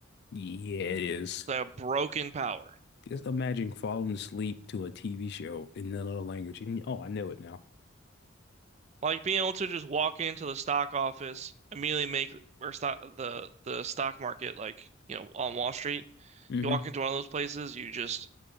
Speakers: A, on the left (about 50°); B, on the right (about 30°).
A: Yeah, it is.
B: They have broken power.
A: Just imagine falling asleep to a TV show in another language. And, oh, I know it now. <laughs>
B: Like being able to just walk into the stock office, immediately make or stock the the stock market, like, you know, on Wall Street.
A: hmm
B: You walk into one of those places, you just